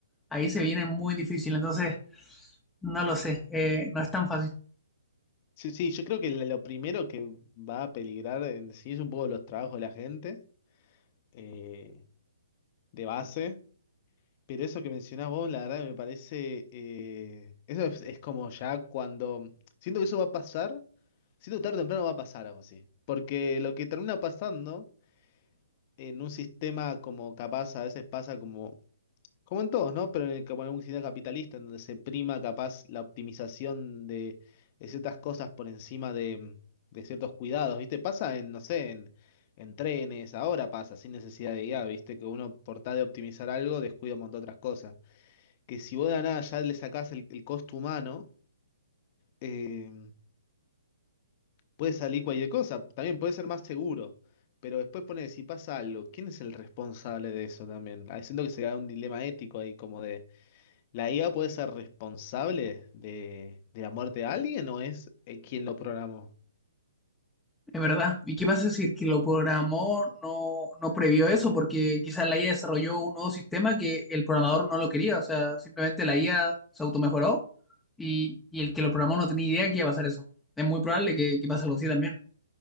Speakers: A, in the centre; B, on the left.
A: ahí se viene muy difícil, entonces no lo sé, eh, no es tan fácil.
B: Sí, sí, yo creo que lo primero que va a peligrar en sí es un poco los trabajos de la gente, eh, de base, pero eso que mencionás vos, la verdad me parece, eh, eso es, es como ya cuando, siento que eso va a pasar, siento que tarde o temprano va a pasar algo así, porque lo que termina pasando en un sistema como capaz a veces pasa como como en todos, ¿no? Pero en el, como en un sistema capitalista, en donde se prima capaz la optimización de, de ciertas cosas por encima de, de ciertos cuidados, ¿viste? Pasa en, no sé, en, en trenes, ahora pasa, sin necesidad de I a ¿viste? Que uno por tal de optimizar algo descuida un montón de otras cosas. Que si vos de la nada ya le sacás el, el costo humano, eh, puede salir cualquier cosa, también puede ser más seguro. Pero después pone, si pasa algo, ¿quién es el responsable de eso también? Ah, siento que se da un dilema ético ahí, como de... ¿La IA puede ser responsable de, de la muerte de alguien o es eh, quien lo programó?
A: Es verdad. ¿Y qué pasa si el que lo programó no, no previó eso? Porque quizás la IA desarrolló un nuevo sistema que el programador no lo quería. O sea, simplemente la IA se automejoró y, y el que lo programó no tenía idea que iba a pasar eso. Es muy probable que, que pase algo así también.